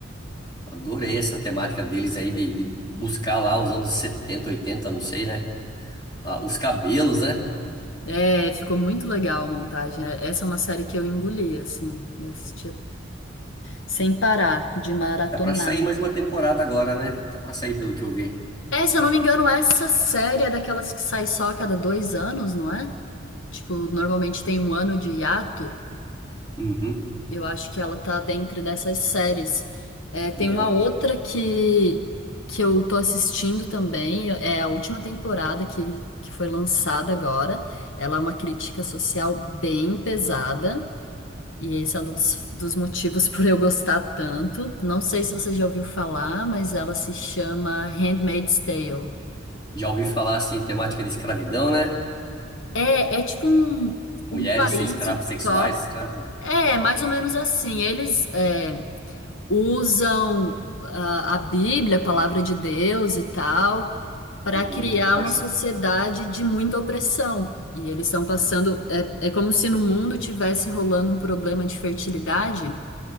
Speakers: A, on the left; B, on the left.
A: Adorei essa temática deles aí de, de buscar lá os anos 70, 80, não sei, né? Ah, os cabelos, né?
B: É, ficou muito legal a montagem. É- Essa é uma série que eu engoli, assim, eu assistia sem parar, de maratonar
A: Tá pra sair
B: mesmo.
A: mais uma temporada agora, né? Tá pra sair, pelo que eu vi.
B: É, se eu não me engano, essa série é daquelas que sai só a cada dois anos, não é? Tipo, normalmente tem um ano de hiato.
A: Uhum.
B: Eu acho que ela tá dentro dessas séries. É, tem
A: E
B: uma
A: ela
B: outra que, que eu tô assistindo também, é a última temporada que, que foi lançada agora. Ela é uma crítica social bem pesada, e esse é um dos, dos motivos <laughs> por eu gostar tanto. Não sei se você já ouviu falar, mas ela se chama Handmaid's Tale.
A: já ouvi falar assim, temática de escravidão, né?
B: É, é tipo um,
A: As mulheres
B: um país
A: ser escravas
B: utópico.
A: sexuais, escravos.
B: É, mais ou menos assim. Eles. é, usam ah, a Bíblia, a palavra de Deus e tal, para
A: Uhum.
B: criar
A: Força.
B: uma sociedade de muita opressão. E eles estão passando. É, é como se no mundo tivesse rolando um problema de fertilidade.